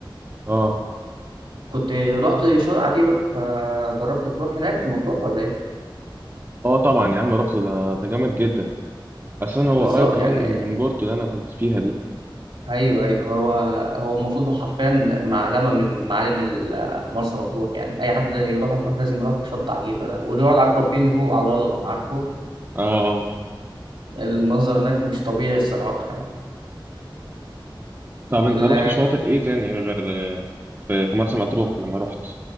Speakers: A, on the right (about 25°); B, on the right (about 75°).
A: آه
B: كنت رحت شاطئ عجيبة فجربت تروح هناك في مطروح ولا ايه؟
A: آه طبعا يا عم رحت ده ده جامد جدا أساسا هو
B: بالظبط
A: قريب كمان
B: يعني
A: من بورتو اللي أنا كنت فيها دي
B: ايوه ايوه هو هو المفروض حرفيا معلمة من معالم ال- مرسى مطروح يعني اي حد يروح مطروح لازم يروح شط عجيبة ده ويقعد على الكافيه اللي فوق على الهضبة عارفه
A: آه آه
B: المنظر هناك مش طبيعي الصراحة يعني
A: طب أنت
B: ال-
A: رحت شواطئ إيه تاني غير آه، في في مرسى مطروح لما رحت؟